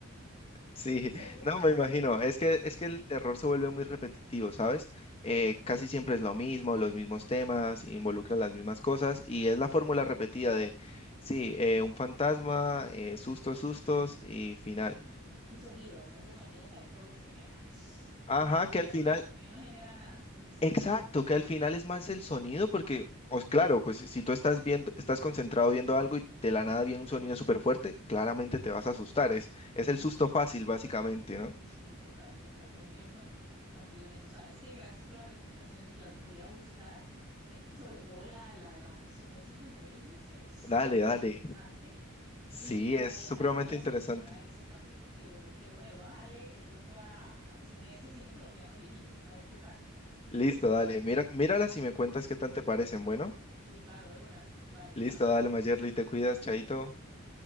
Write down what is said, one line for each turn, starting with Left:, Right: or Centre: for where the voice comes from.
Left: Sí,
Right: ¿en serio?
Left: <laughs> no, me imagino. Es que, es que el terror se vuelve muy repetitivo, ¿sabes? Eh, casi siempre es lo mismo, los mismos temas, involucran las mismas cosas y es la fórmula repetida de, sí, eh, un fantasma, eh, sustos, sustos y final.
Right: Y, y sonidos, esos sonidos hay todos que, ¡ah!
Left: Ajá,
Right: que si no
Left: que
Right: fuera
Left: al final
Right: por el sonido no genera nada. <laughs> Sí,
Left: Exacto,
Right: es puro sonido.
Left: que al final es más el sonido, porque,
Right: Mm,
Left: os claro, pues si tú estás viendo, estás concentrado viendo algo y de la nada viene un sonido súper fuerte, claramente te vas a asustar. Es,
Right: sí,
Left: es el susto fácil, básicamente, ¿no?
Right: sí, total, total. Coincido con, contigo en eso. ¿Sabes qué? Gracias por las recomendaciones. Las voy a buscar. Me- sobre todo la de la, la mansión esa que me dices, se ve súper
Left: Dale, dale.
Right: interesante.
Left: Sí,
Right: Y la,
Left: es
Right: el
Left: supremamente
Right: caso de la señora,
Left: interesante.
Right: ese también lo quiero, lo quiero ver. Voy a darle el voto a, al cine, ese cine colombiano viejito, a ver qué tal.
Left: Listo,
Right: Y te
Left: dale.
Right: cuento.
Left: Mira, míralas y me cuentas qué tal te parecen. Bueno,
Right: Sí, claro, de una. Vale,
Left: listo,
Right: hablamos.
Left: dale, Mayerly, te cuidas, chaito.
Right: Igual.